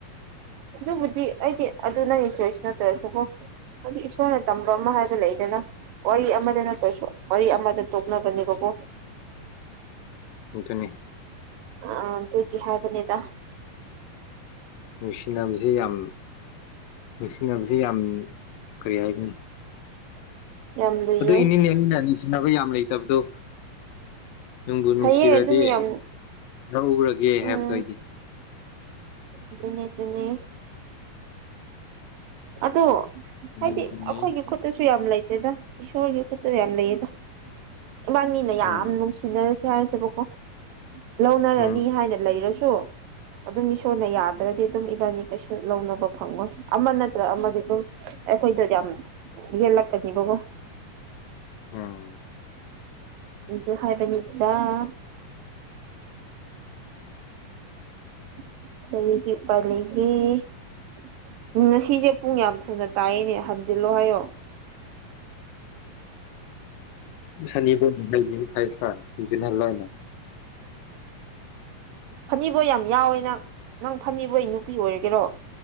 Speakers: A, on the right; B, on the left.
A: ꯑꯗꯨꯕꯨꯗꯤ ꯑꯩꯗꯤ ꯑꯗꯨ ꯅꯪꯒꯤ ꯆꯣꯏꯁ ꯅꯠꯇ꯭ꯔꯁꯨꯀꯣ ꯑꯩꯗꯤ ꯏꯁꯣꯔꯅ ꯇꯝꯕ ꯑꯃ ꯍꯥꯏꯕ ꯂꯩꯗ ꯗꯣ ꯋꯥꯔꯤ ꯑꯃꯗꯅ ꯀꯩꯁꯨ ꯋꯥꯔꯤ ꯑꯃꯗ ꯇꯣꯛꯅꯕꯅꯦꯕꯀꯣ
B: ꯇꯨꯅꯤ
A: ꯑ ꯑꯗꯨꯒꯤ ꯍꯥꯏꯕꯅꯤꯗ
B: ꯅꯨꯡꯁꯤꯅꯕꯁꯤ ꯌꯥꯝ ꯅꯨꯡꯁꯤꯅꯕꯁꯤ ꯌꯥꯝ ꯀꯔꯤ ꯍꯥꯏꯒꯅꯤ
A: ꯌꯥꯝ ꯂꯨꯏꯌꯦ
B: ꯑꯗꯨ ꯏꯅꯦꯅꯦꯅꯤꯟꯅ ꯅꯤꯡꯁꯤꯅꯕ ꯌꯥꯝ ꯂꯩꯇꯕꯗꯣ ꯅꯨꯡꯕꯨ ꯅꯨꯡꯁꯤꯔꯗꯤ
A: ꯐꯩꯌꯦ ꯑꯗꯨꯅ ꯌꯥꯝ
B: ꯂꯧꯔꯒꯦ
A: ꯎꯝ
B: ꯍꯥꯏꯕꯗꯣ ꯑꯣꯏꯗꯤ
A: ꯑꯗꯨꯅꯦ ꯗꯨꯅꯦ ꯑꯗꯣ ꯍꯥꯏꯗꯤ
B: ꯑꯗꯨꯅꯤ
A: ꯑꯩꯈꯣꯏꯒꯤ ꯈꯨꯠꯇꯁꯨ ꯌꯥꯝ ꯂꯩ ꯇꯦꯗ ꯏꯁꯣꯔꯒꯤ ꯈꯨꯠꯇꯁꯨ ꯌꯥꯝ ꯂꯩꯌꯦꯗ ꯏꯕꯥꯅꯤꯅ ꯌꯥꯝ
B: ꯎꯝ
A: ꯅꯨꯡꯁꯤꯅꯔꯁꯨ ꯁ ꯍꯥꯏꯁꯦꯕꯀꯣ ꯂꯧꯅꯔꯅꯤ
B: ꯎꯝ
A: ꯍꯥꯏꯅ ꯂꯩꯔꯁꯨ ꯑꯗꯨꯝ ꯏꯁꯣꯔꯅ ꯌꯥꯗ꯭ꯔꯗꯤ ꯑꯗꯨꯝ ꯏꯕꯥꯅꯤ ꯀꯩꯁꯨ ꯂꯧꯅꯕ ꯐꯪꯉꯣꯏ ꯑꯃ ꯅꯠꯇ꯭ꯔ ꯑꯃꯗꯤ ꯑꯗꯨꯝ ꯑꯩꯈꯣꯏꯗ ꯌꯥꯝ ꯌꯦꯜꯂꯛꯀꯅꯤꯕꯀ‌ꯣ
B: ꯑꯝ
A: <unintelligible> ꯍꯥꯏꯕꯅꯤꯗꯅ <unintelligible> ꯎꯝ ꯉꯁꯤꯁꯦ ꯄꯨꯡ ꯌꯥꯝ ꯊꯨꯅ ꯇꯥꯏꯌ‌ꯦꯅꯦ ꯍꯟꯖꯤꯜꯂꯣ ꯍꯥꯏꯌꯣ
B: ꯑꯟꯏꯟꯇꯦꯜꯂꯤꯖꯦꯕꯜ ꯑꯟꯏꯟꯇꯦꯜꯂꯤꯖꯦꯕꯜ
A: ꯐꯅꯤꯕꯣꯏ ꯌꯥꯝ ꯌꯥꯎꯋꯦ ꯅꯪ ꯅꯪ ꯐꯅꯤꯕꯣꯏ ꯅꯨꯄꯤ ꯑꯣꯏꯔꯒꯦꯔꯣ